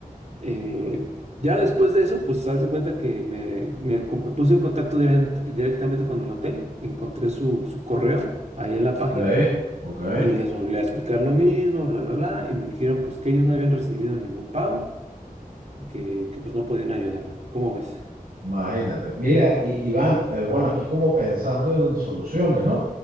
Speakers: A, on the right (about 50°); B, on the right (about 80°).
A: Eh, ya después de eso, pues haz de cuenta que me, me con- me puse en contacto direct- directamente con el hotel, encontré su, su correo ahí en la
B: Ok,
A: página
B: ok,
A: y les volví a explicar lo mismo, bla, bla, bla, y me dijeron pues que ellos no habían recibido ningún pago y que, que pues no podían ayudarme. ¿Cómo ves?
B: imagínate. Mira, I- Iván, eh, bueno, aquí como pensando en soluciones, ¿no?